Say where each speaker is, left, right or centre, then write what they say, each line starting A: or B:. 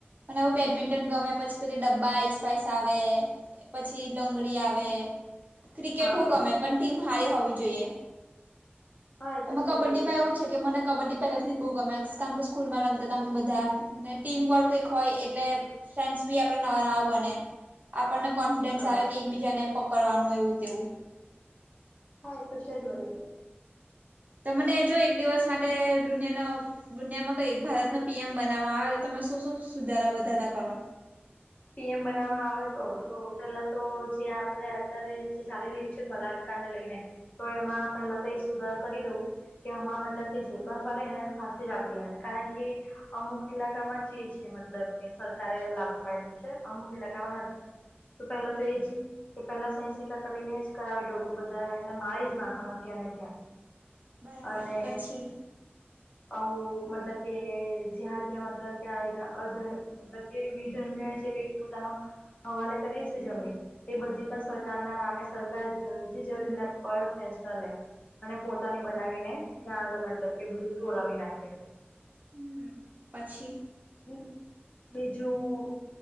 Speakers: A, on the right; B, on the left.
A: અને એવું બેડમિન્ટન ગમે પછી પે ડબ્બા આઈસ પાઈસ આવે પછી લંગડી આવે ક્રિકેટ
B: હા
A: હો
B: હા
A: ગમે પણ ટીમ હારી હોવી જોઈએ.
B: હા એ તો
A: એમાં
B: છે
A: કબડ્ડી
B: જ વરી
A: માં એવું છે. કે મને કબડ્ડી પહેલાથી જ બહુ ગમે <unintelligible> સ્કૂલમાં રમતા તમે બધા ને ટીમ વર્ક કઈક હોય એટલે કે ફ્રેન્ડ્સ બી આપણા નવા નવા બને. આપણને કોન્ફિડન્સ
B: હા
A: આવે કે એકબીજાને પકડવાનું એવું તેવું.
B: હ એ તો છે જ વરી.
A: ત મને જો એક દિવસ માટે દુનિયાનો દુનિયામાં કઈ ભારતના પી એમ બનાવવા આવે તો તમે શું શું સુધારા વધારા કરો.
B: પી એમ બનાવવા આવે તો તો પેલા તો જે આપડે અત્યારે જે ચાલી રહ્યું છે. તે બલાત્કારને લઈને તો એમાં પેલા તો એક સુધાર કરી દઉં કે એમાં મતલબ કે જે પણ પડે એને ફસી જ આપી દેવાની કારણ કે અમુક ઈલાકામાં જે છે મતલબ કે સરકારે લાગુ પાડ્યું છે અમુક ઈલાકામાં નથી. તો પહેલા તો એ જ એ પેલા સહી સિક્કા કરીને જ કરાવી દઉં કે બધાને એને મારી જ નાખવાનો ત્યાંને ત્યાં.
A: બરાબર
B: અને
A: પછી
B: આવું મતલબ કે જ્યાં ત્યાં મતલબ ક્યાં એ અધર્મ મતલબ કે વિધર્મી જે કઈક પોતાનો હવાલે કરીએ છે જમીન તે એ બધી પણ સરકારના નામે સરકાર જલ્દીથી જલ્દી પર ફેસલા લે. અને પોતાની બનાવીને ત્યાં આગળ મતલબ કે બધું તોડાવી નાખે.
A: હમ પછી
B: હામ બીજું